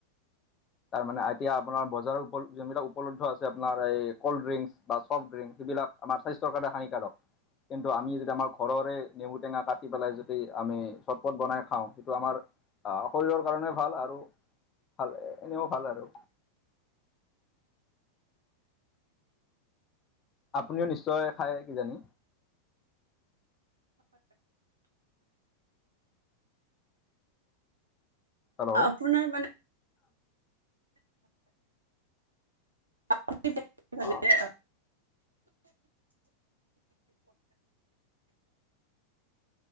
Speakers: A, on the left (about 25°); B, on the right (about 75°).
A: তাৰমানে এতিয়া আপোনাৰ বজাৰত উপলব্ধ যোনবিলাক উপলব্ধ আছে আপোনাৰ এই ক'ল্ড ড্ৰিংকস বা ছফ্ট ড্ৰিংকস সেইবিলাক আমাৰ স্বাস্থ্যৰ কাৰণে হানিকাৰক। কিন্তু আমি যদি আমাৰ ঘৰৰে নেমু টেঙা কাটি কাটি পেলাই যদি আমি চৰপট বনাই খাওঁ সেইটো আমাৰ শৰীৰৰ কাৰণে ভাল আৰু ভালে এনেও ভাল আৰু। আপুনিও নিশ্চয় খায় কিজানি? হেল্ল।
B: আপোনাৰ মানে <unintelligible>
A: অ